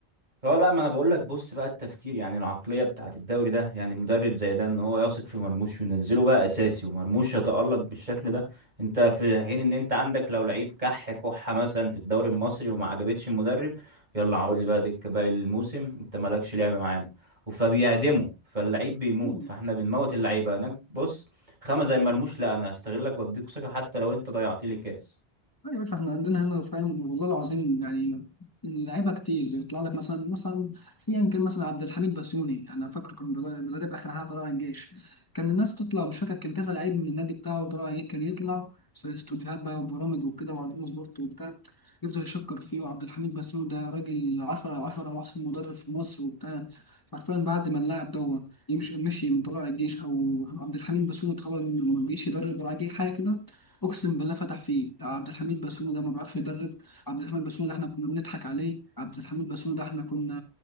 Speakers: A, on the right; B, on the left.
A: اه لا ما انا بقول لك بص بقى التفكير يعني العقليه بتاعت الدوري ده يعني مدرب زي ده ان هو يثق في مرموش وينزله بقى اساسي ومرموش يتالق بالشكل ده انت في حين ان انت عندك لو لعيب كح كحه مثلا في الدوري المصري وما عجبتش المدرب يلا اقعد لي بقى دكه باقي الموسم انت مالكش لعبه معانا فبيعدمه فاللعيب بيموت
B: عليه
A: فاحنا بنموت اللعيبه هناك بص خامه زي مرموش لا انا هستغلك واديك ثقه حتى لو انت ضيعت لي كاس
B: لا يا باشا احنا عندنا هنا فاهم والله العظيم يعني اللعيبه كتير يطلع لك مثلا مثلا ايا كان مثلا عبد الحميد بسيوني انا فاكر كان مدرب مدرب اخر حاجه طلع الجيش كان الناس تطلع مش فاكر كان كذا لعيب من النادي بتاعه طلع الجيش كان يطلع في استوديوهات بقى وبرامج وكده وعلى اون سبورت وبتاع يفضل يشكر فيه وعبد الحميد بسيوني ده راجل 10 على 10 واحسن مدرب في مصر وبتاع حرفيا بعد ما اللاعب ده يمشي مشي من طلائع الجيش او عبد الحميد بسيوني اتخرج من- ما بيجيش يدرب راجل حاجه كده اقسم بالله فتح فيه عبد الحميد بسوني ده ما بيعرفش يدرب عبد الحميد بسوني ده احنا كنا بنضحك عليه عبد الحميد بسوني ده احنا كنا